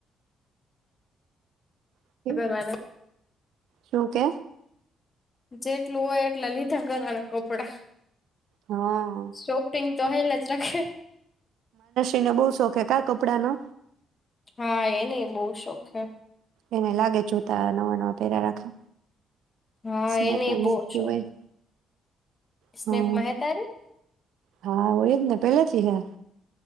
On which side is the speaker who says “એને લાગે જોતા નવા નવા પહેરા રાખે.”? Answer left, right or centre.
Right